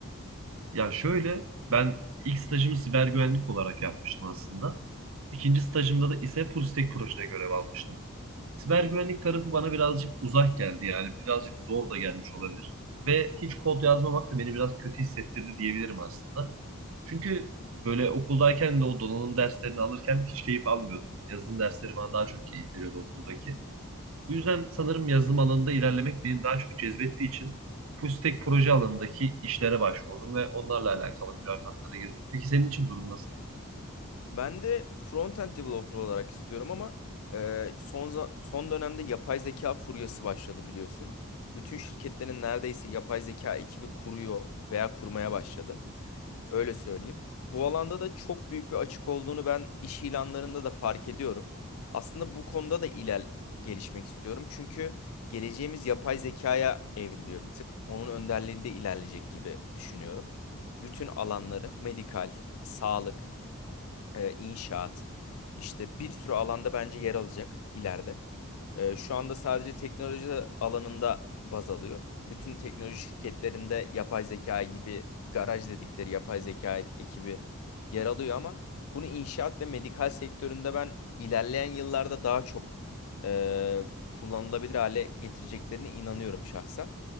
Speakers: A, on the right (about 70°); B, on the left (about 80°).
A: Ya şöyle ben ilk stajımı siber güvenlik olarak yapmıştım aslında. İkinci stajımda da ise full stack projede görev almıştım. Siber güvenlik tarafı bana birazcık uzak geldi yani birazcık zor da gelmiş olabilir. Ve hiç kod yazmamak da beni biraz kötü hissettirdi diyebilirim aslında. Çünkü böyle okuldayken de o donanım derslerini alırken hiç keyif almıyordum. Yazılım dersleri bana daha çok keyif veriyordu okuldaki. Bu yüzden sanırım yazılım alanında ilerlemek beni daha çok cezbettiği için full stack proje alanındaki işlere başvurdum ve onlarla alakalı mülakatlara girdim. Peki senin için durum nasıl?
B: Ben de front-end developer olarak istiyorum ama e, son za- son dönemde yapay zeka furyası başladı biliyorsun. Bütün şirketlerin neredeyse yapay zeka ekibi kuruyor veya kurmaya başladı. Öyle söyleyeyim. Bu alanda da çok büyük bir açık olduğunu ben iş ilanlarında da fark ediyorum. Aslında bu konuda da iler gelişmek istiyorum. Çünkü geleceğimiz yapay zekaya evriliyor bir tık. Onun önderliğinde ilerleyecek gibi düşünüyorum. Bütün alanları, medikal, sağlık, e, inşaat işte bir sürü alanda bence yer alacak ileride. E, şu anda sadece teknoloji alanında baz alıyor. Bütün teknoloji şirketlerinde yapay zeka gibi garaj dedikleri yapay zeka et- ekibi yer alıyor ama bunu inşaat ve medikal sektöründe ben ilerleyen yıllarda daha çok e, kullanılabilir hale getireceklerine inanıyorum şahsen.